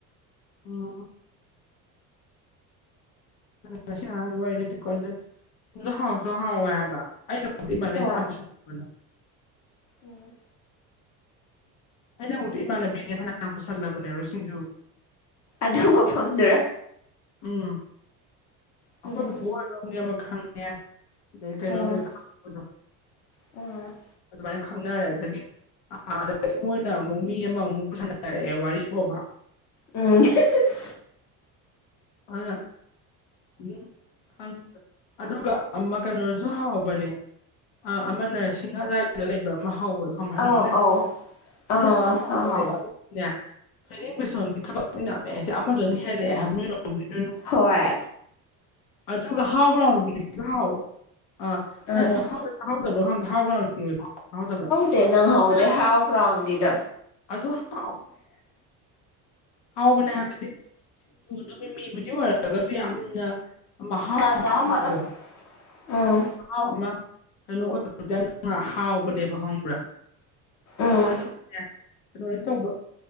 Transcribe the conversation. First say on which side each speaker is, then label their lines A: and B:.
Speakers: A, on the left (about 90°); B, on the left (about 50°).
A: ꯎꯝ ꯉꯁꯤ ꯉꯔꯥꯡꯒꯤ ꯋꯥꯔꯤ ꯅꯥꯠꯇꯦꯀꯣ ꯑꯗꯣ ꯁꯤꯡꯖꯨꯗꯣ ꯍꯥꯎꯖꯨ ꯗꯣ
B: ꯎꯝ
A: ꯍꯥꯎꯋꯦ ꯍꯥꯏꯕ ꯑꯩꯅ ꯗꯤ <unintelligible>
B: ꯍꯣꯏ ꯎꯝ
A: ꯑꯩꯅꯕꯨꯗꯤ ꯏꯃꯥꯟꯅꯕꯤꯅꯦ ꯐꯅꯌꯥꯝ ꯄꯨꯠꯁꯜꯂꯕꯅꯦꯕ ꯁꯤꯡꯖꯨ
B: ꯑꯗꯨ ꯃꯐꯝꯗꯨꯔ
A: ꯎꯝ
B: ꯎꯝ
A: ꯑꯈꯣꯏ ꯄꯨꯄꯨ ꯑꯣꯏꯔꯣꯝ ꯃꯤ ꯑꯃ ꯈꯪ ꯉꯦ ꯑꯗꯩ ꯀꯩꯅꯣ
B: ꯑ
A: ꯂꯣꯏ ꯈꯪ ꯕꯗꯣ
B: ꯑ
A: ꯑꯗꯨꯃꯥꯏ ꯈꯪꯅꯔꯦ ꯑꯗꯒꯤ ꯑꯥ ꯗꯒꯤ ꯃꯣꯏꯅ ꯑꯃꯨꯛ ꯃꯤ ꯑꯃꯃꯨꯛ ꯄꯨꯁꯟꯅꯔꯛꯑꯦ ꯋꯥꯔꯤꯕꯣꯕꯥ
B: ꯎꯝ ꯍꯍꯥ
A: ꯑꯗꯨꯅꯥ ꯗꯨꯝ ꯈꯪꯗꯦꯗ ꯑꯗꯨꯒ ꯑꯃ ꯀꯩꯅꯣꯗꯨꯖꯨ ꯍꯥꯎꯕꯅꯦ ꯑ ꯑꯃꯅ <unintelligible> ꯂꯩꯕ ꯑꯃ ꯍꯥꯎꯕꯗꯣ ꯍꯥꯅꯨꯕꯤ
B: ꯑꯧ
A: ꯑꯃꯥ ꯂꯩꯕꯗꯣ
B: ꯑꯧ
A: ꯑꯗꯨꯖꯨ
B: ꯑꯥ
A: ꯍꯥꯎꯕꯅꯦꯕꯥ
B: ꯑꯥꯎ
A: ꯅꯦ ꯊꯣꯏꯗꯤꯡ ꯕꯦꯁꯣꯟꯒꯤ ꯊꯕꯛ ꯅꯤꯅ ꯑꯃꯥ ꯍꯦꯛꯇꯥ ꯍꯦꯜꯂꯛꯑꯦ ꯍꯥꯏꯕ ꯅꯣꯏꯔꯣꯝꯒꯤꯗꯨ ꯅ
B: ꯍꯣꯏ
A: ꯑꯗꯨꯒ ꯍꯥꯎꯒ꯭ꯔꯣꯟꯒꯤꯗꯨꯖꯨ ꯍꯥꯎꯋꯦ ꯑꯥ
B: ꯎꯝ
A: ꯅꯪ ꯇꯍꯧꯕ꯭ꯔꯥ ꯇꯍꯧꯗꯕ꯭ꯔꯥ ꯍꯥꯎꯒ꯭ꯔꯣꯟꯒꯤꯗꯣ ꯇꯥꯍꯧꯗꯕ꯭ꯔꯥ
B: ꯇꯦ ꯅꯪꯍꯧꯗꯦ ꯍꯥꯎꯒ꯭ꯔꯥꯎꯟꯒꯤꯗꯣ
A: ꯑꯗꯨ ꯍꯥꯎꯕꯅꯦ ꯍꯥꯎꯕꯅꯦ ꯍꯥꯏꯕꯗꯤ ꯁꯤꯡꯖꯨꯗꯣ ꯃꯤꯃꯤꯕꯨꯗꯤ ꯑꯣꯏꯔꯒꯁꯨ ꯌꯥꯝꯅ ꯃꯍꯥꯎ
B: ꯆꯥ
A: ꯑꯃ
B: ꯆꯥꯔꯝꯃꯔꯣꯏ
A: ꯐꯪꯕꯗꯣ
B: ꯎꯝ
A: ꯃꯍꯥꯎ ꯑꯃ ꯀꯩꯅꯣ ꯑꯣꯏꯕꯗꯣ ꯑꯗꯨ ꯌꯥꯝ ꯍꯥꯎꯕꯅꯦꯕ ꯈꯪꯕ꯭ꯔꯥ
B: ꯎꯝ
A: ꯑꯗꯨꯕꯨꯅꯦ ꯀꯩꯅꯣꯍꯦ ꯇꯧꯕ